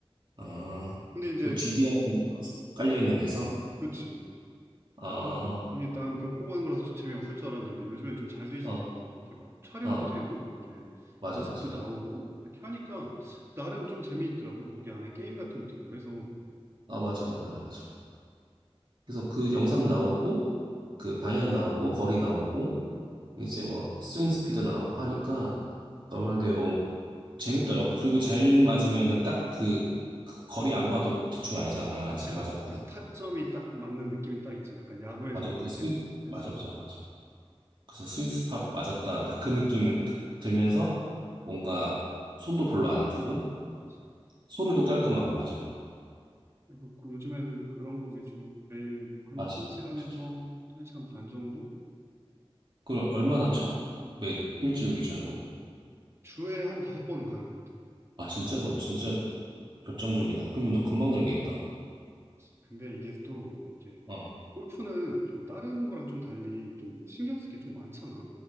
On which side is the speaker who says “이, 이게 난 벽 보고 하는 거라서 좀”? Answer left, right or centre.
Right